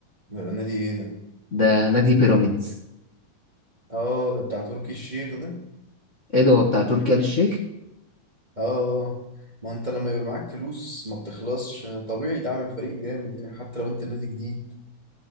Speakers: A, on the right (about 15°); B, on the left (about 70°).
A: ده النادي ايه ده
B: ده نادي بيراميدز
A: اه ده بتاع تركي الشيخ ده
B: ايه ده هو بتاع تركي آل الشيخ
A: اه ما انت لما يبقى معاك فلوس ما بتخلصش طبيعي تعمل فريق جامد يعني حتى لو انت نادي جديد